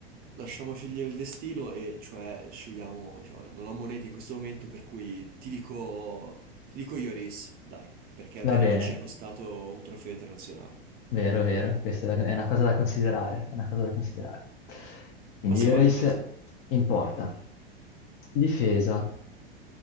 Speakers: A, on the right; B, on the left.
A: Lasciamo scegliere il destino e cioè scegliamo, diciamo, non ho monete in questo momento, per cui ti dico, ti dico Ioris, dai, perché almeno
B: Va bene,
A: non ci è costato un trofeo internazionale.
B: vero, vero, questa è, da- è una cosa da considerare, è una cosa da considerare. Quindi
A: Passiamo
B: Iris
A: alla difesa,
B: in porta. Difesa.